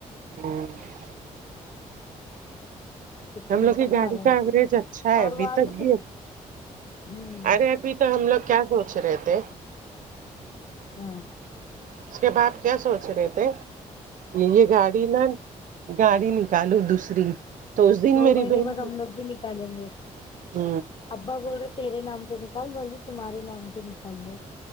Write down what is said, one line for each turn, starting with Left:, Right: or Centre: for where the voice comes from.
Right: <unintelligible>
Left: تو
Right: ہم
Left: چلتا
Right: لوگ کی گاڑی
Left: نا آرام
Right: کا ایوریج
Left: سے
Right: اچھا ہے
Left: اور
Right: ابھی
Left: وہاں
Right: تک
Left: سے
Right: <unintelligible>
Left: کت ہوں
Right: ابھی تو ہم لوگ کیا سوچ رہے تھے
Left: ہاں
Right: اس کے باپ کیا سوچ رہے تھے یہ گاڑی نہا گاڑی نکالو دوسری تو اس دن
Left: دو
Right: میری
Left: مہینےمیں
Right: بہن
Left: ہم لو بھی چلیں گے
Right: ہ
Left: ابا بول رہے تیرے نام پہ نکال تمہارے نام پہ نکال لو